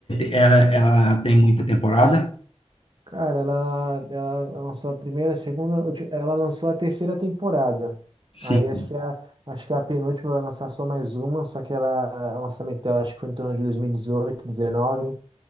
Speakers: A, on the left; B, on the right.
A: ela, ela tem muita temporada?
B: Cara, ela, ela lançou a primeira, a segunda, ulti- ela lançou a terceira temporada.
A: Sim.
B: Aí acho que a, acho que a penúltima vai lançar só mais uma, só que ela, o lançamento dela acho que foi em torno de 2018, 2019.